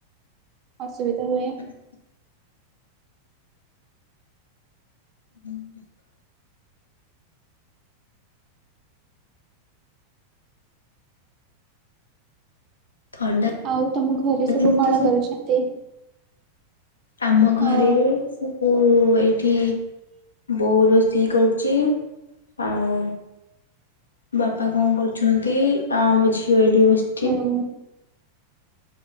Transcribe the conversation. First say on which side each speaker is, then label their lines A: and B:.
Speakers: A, on the right; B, on the left.
A: ଅସୁବିଧା ହୁଏ।
B: ହ <inaudible> ହୁଁ <inaudible> ଥଣ୍ଡା
A: ଆଉ ତମ ଘରେ ସବୁ
B: ଦିନ
A: କଣ
B: ତ
A: କରୁଛନ୍ତି?
B: ଆମ ଘରେ
A: ହଁ
B: ସବୁ ଏ ଏଠି ବୋହୁ ରୋଷେଇ କରୁଛି। ଆଉ ବାପା କଣ କରୁଛନ୍ତି? ଆ ଆମ ଝିଅ ଏଠି ବସ୍
A: ହୁଁ।